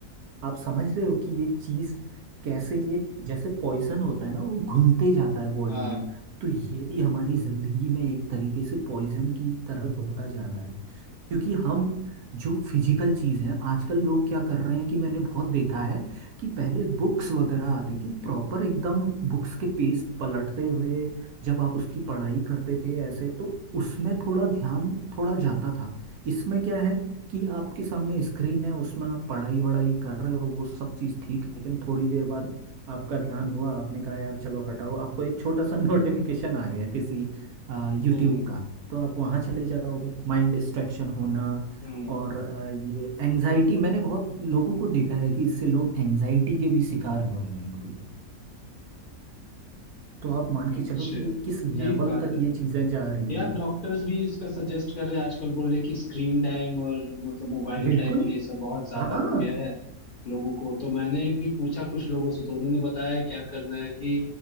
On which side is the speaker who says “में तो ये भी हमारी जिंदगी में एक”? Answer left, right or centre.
Right